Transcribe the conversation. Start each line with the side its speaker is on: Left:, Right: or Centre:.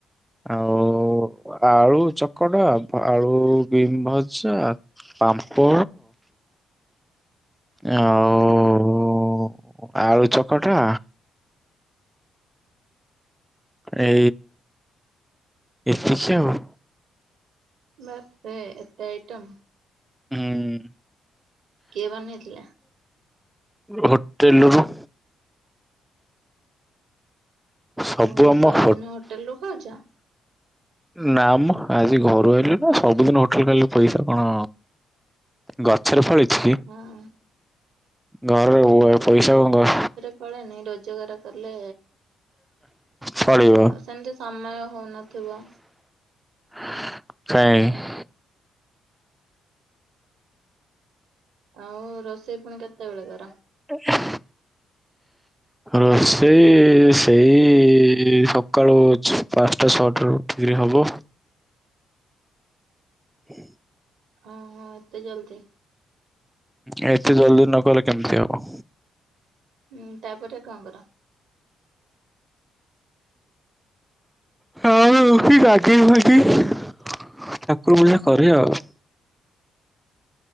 Centre: ଆଉ ଆଳୁ ଚକଟା ପ ଆଳୁ ବିମ ଭଜା ପାମ୍ପଡ ଆଉ ଆଳୁ ଚକଟା ତାପରେ ଏତିକି ଆଉ।
Right: ବାଃ ଏ ଏତେ ଆଇରମ୍!
Centre: ହୁଁ
Right: କିଏ ବନେଇଥିଲା?
Centre: ଗୋଟେ ହୋଟେଲରୁ ମ ସବୁ
Right: ଓହୋ
Centre: ଆମ
Right: ସବୁଦିନ
Centre: ହୋ
Right: ହୋଟେଲରୁ ଖାଉଛ?
Centre: ନା ମ ଆଜି ଘରୁ ଆଇଲି ନା ସବୁଦିନ ହୋଟେଲ ରୁ ଖାଇଲେ ପଇସା କଣ ଗଛରେ ଫଳିଛି କି?
Right: ହଁ।
Centre: ଘରରେ <unintelligible> ପଇସା କଣ ଗ
Right: <unintelligible> ନାଇଁ ରୋଜଗାର ତାଲେ
Centre: ଫଳିବ
Right: ଏମିତି ଆଉ ସେମିତି ସମୟ ହଉନଥିବ?
Centre: କାଇଁ!
Right: ଆଉ ରୋଷେଇ ଫୁଣି କେତେବେଳେ କର?
Centre: ରୋଷ
Right: ହ
Centre: ରୋଷେଇ ସେଇ ସକାଳୁ ଛଅ ପାଞ୍ଚଟା ଛଅଟାରୁ ଉଠିକିରି ହବ। ହୁଁ
Right: ଅ ହଁ ଏତେ ଜଲଦି?
Centre: ଉଁ ଏତେ ଜଲଦି ନ କଲେ କେମିତି ହବ?
Right: ହୁଁ ତାପରେ କଣ କର?
Centre: ହଁ ହଉଛି ଆଜି ବି ହଉଚି ଠାକୁର ପୂଜା କରିଆ ଆଉ।